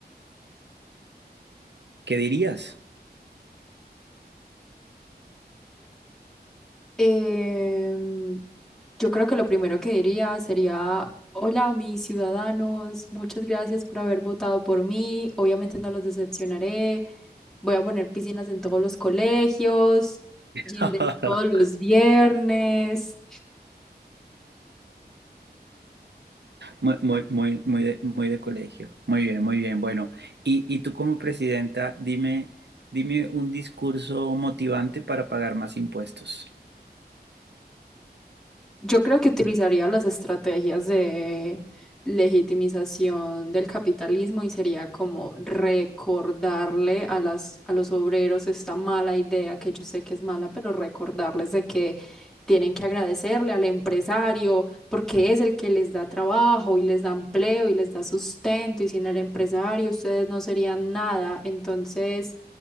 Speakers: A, on the right; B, in the centre.
A: ¿Qué dirías?
B: Em, yo creo que lo primero que diría sería, hola, mis ciudadanos, muchas gracias por haber votado por mí, obviamente no los decepcionaré, voy a poner piscinas en todos los colegios,
A: <laughs>
B: gym day todos los viernes.
A: Muy, muy, muy, muy de, muy de colegio. Muy bien, muy bien. Bueno, y, y tú como presidenta, dime, dime un discurso motivante para pagar más impuestos.
B: Yo creo que utilizaría las estrategias de legitimización del capitalismo y sería como recordarle a las, a los obreros esta mala idea que yo sé que es mala, pero recordarles de que tienen que agradecerle al empresario porque es el que les da trabajo y les da empleo y les da sustento y sin el empresario ustedes no serían nada. Entonces